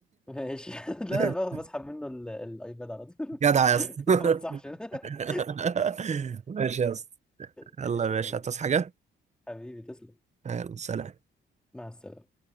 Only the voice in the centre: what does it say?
ماشي <laughs> لا
باخد بسحب منه ال- الايباد على طول
<laughs>
ما بنصحش <laughs>
ماشي
يا اخوي
حبيبي تسلم
مع السلامة